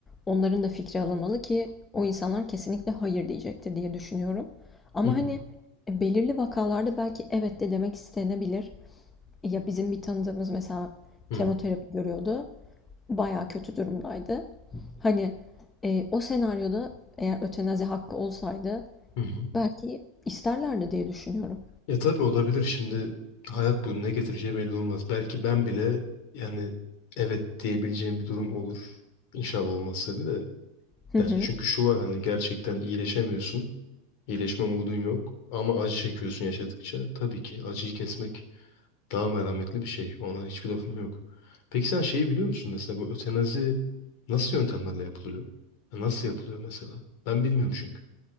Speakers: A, on the left; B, on the left.
A: onların da fikri alınmalı ki o insanlar kesinlikle hayır diyecektir diye düşünüyorum. Ama
B: Hı hı.
A: hani e, belirli vakalarda belki evet de demek istenebilir. Ya bizim bir tanıdığımız mesela
B: Hı
A: kemoterapi görüyordu. baya kötü durumdaydı. Hani e, o senaryoda eğer ötenazi hakkı olsaydı
B: hı. hı.
A: Belki isterlerdi diye düşünüyorum.
B: Ya tabii olabilir şimdi hayat bunu ne getireceği belli olmaz. Belki ben bile yani evet diyebileceğim bir durum olur. İnşallah olmaz tabii de.
A: Hı
B: Ya
A: hı.
B: çünkü şu var hani gerçekten iyileşemiyorsun. İyileşme umudun yok ama acı çekiyorsun yaşadıkça. Tabii ki acıyı kesmek Daha merhametli bir şey. Ona hiçbir lafım yok. Peki sen şeyi biliyor musun mesela bu ötenazi nasıl yöntemlerle yapılıyor? Nasıl yapılıyor mesela? Ben bilmiyorum çünkü.